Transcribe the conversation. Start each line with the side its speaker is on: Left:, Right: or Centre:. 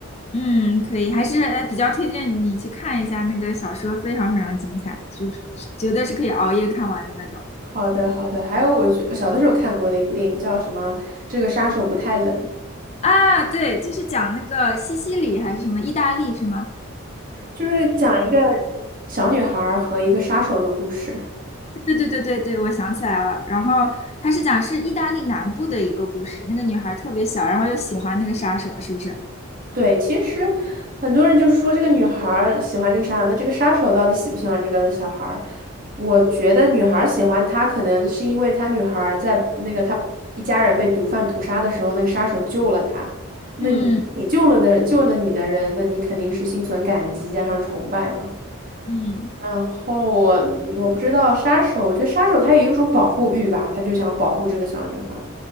Left: 嗯，可以，还是呃比较推荐你去看一下那个小说，非常非常精彩，就是是绝对是可以熬夜看完的那种
Right: 好的好的，还有我觉小的时候看过的一部电影叫什么？这个杀手不太冷，
Left: 啊。对，就是讲那个西西里还是什么意大利是吗？
Right: 就是讲一个小女孩儿和一个杀手的故事。
Left: 对对对对对，我想起来了。然后他是讲是意大利南部的一个故事，那个女孩特别小，然后又喜欢那个杀手，是不是？
Right: 对，其实很多人就说这个女孩儿喜欢这个杀手，那这个杀手到底喜不喜欢这个小孩儿？我觉得女孩儿喜欢他，可能是因为他女孩儿在那个他一家人被毒贩屠杀的时候，那个杀手救了他。那你你救了的救了你的人，
Left: 嗯
Right: 那你肯定是心存感激加上崇拜嘛。
Left: 嗯，
Right: 然后我嗯我不知道杀手，我觉得杀手他也有一种保护欲吧，他就想保护这个小女孩儿。